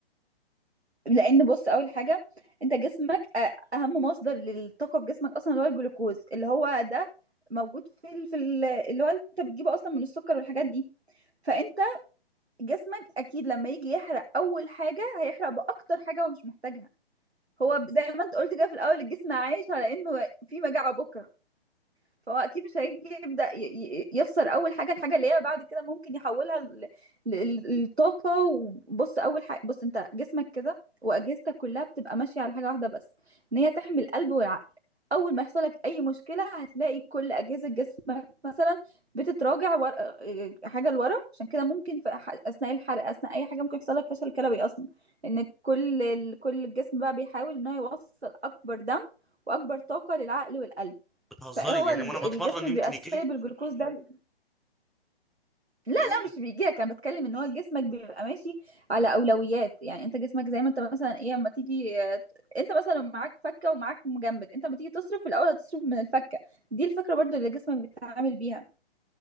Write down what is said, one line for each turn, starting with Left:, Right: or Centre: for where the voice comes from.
Right: لان بص اول حاجه انت جسمك آه، اهم مصدر للطاقه في جسمك اصلا اللي هو الجلوكوز اللي هو ده موجود في ال- في ال- اللي هو انت بتجيبه اصلا من السكر والحاجات دي فانت جسمك اكيد لما يجي يحرق اول حاجه هيحرق باكتر حاجه هو مش محتاجها هو زي ما انت قلت كده في الاول الجسم عايش على انه في مجاعه بكره فهو اكيد مش هيجي يبدا ي- ي- يخسر اول حاجه الحاجه اللي هي بعد كده ممكن يحولها ل- ل- لطاقه وبص اول حاجه بص انت جسمك كده واجهزتك كلها بتبقى ماشيه على حاجه واحده بس ان هي تحمي القلب والعقل اول ما يحصل لك اي مشكله هتلاقي كل اجهزه جسمك مثلا بتتراجع ور... آه، حاجه لورا عشان كده ممكن في أح- اثناء الحرق اثناء اي حاجه ممكن يحصل لك فشل كلوي اصلا ان كل ال- كل الجسم بقى بيحاول ان هو يوصل اكبر دم واكبر طاقه للعقل والقلب
Centre: بتهزري
Right: فهو
Centre: يعني
Right: الج-
Centre: وانا
Right: الجسم
Centre: بتمرن يمكن
Right: بيبقى
Centre: يجي
Right: سايب
Centre: لي
Right: الجلوكوز ده لا لا
Centre: إيه؟
Right: مش بيجيلك انا بتكلم ان هو جسمك بيبقى ماشي على اولويات يعني انت جسمك زي ما انت مثلا ايه اما تيجي آه، انت مثلا معاك فكه ومعاك مجمد انت اما تيجي تصرف في الاول هتصرف من الفكه دي الفكره برضو اللي جسمك بيتعامل بيها